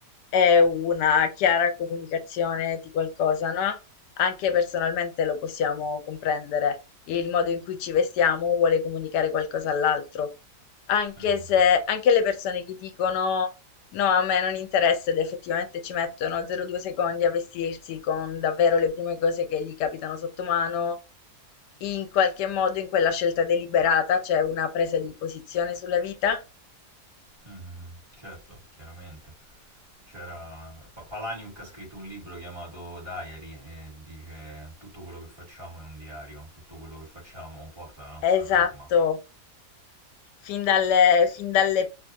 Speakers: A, on the left; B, on the right.
A: è una chiara comunicazione di qualcosa, no, anche personalmente lo possiamo comprendere. Il modo in cui ci vestiamo vuole comunicare qualcosa all'altro. Anche
B: Mhm,
A: se anche le persone che dicono No, a me non interessa ed effettivamente ci mettono 0,2 secondi a vestirsi con davvero le prime cose che gli capitano sotto mano. In qualche modo in quella scelta deliberata c'è una presa di posizione sulla vita
B: mhm, mhm, certo, chiaramente. C'era Pa- Palaniuk ha scritto un libro chiamato Diary e dice tutto quello che facciamo è un diario, tutto quello che facciamo porta la nostra
A: Esatto.
B: firma.
A: Fin dalle fin dalle